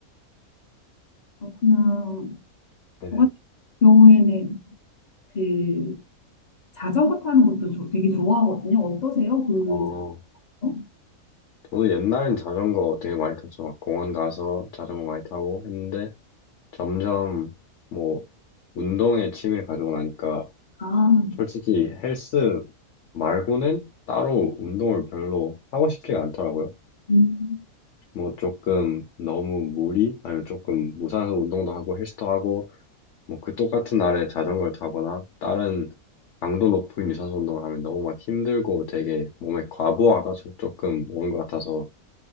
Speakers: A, on the left (about 40°); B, on the left (about 60°).
A: 그렇구나.
B: 네.
A: 저 같은 경우에는 그 자전거 타는 것도 저 되게 좋아하거든요. 어떠세요? 그,
B: 어,
A: 자전거?
B: 저도 옛날엔 자전거 되게 많이 탔죠. 막 공원 가서 자전거 많이 타고 했는데 점점 뭐 운동에 취미를 가지고 나니까
A: 아,
B: 솔직히 헬스 말고는 따로 운동을 별로 하고 싶지가 않더라고요.
A: 음,
B: 뭐 조금 너무 무리 아니면 조금 무산소 운동도 하고 헬스도 하고 뭐 그 똑같은 날에 자전거를 타거나 다른 강도 높은 유산소 운동을 하면 너무 막 힘들고 되게 몸에 과부하가 조- 조금 오는 것 같아서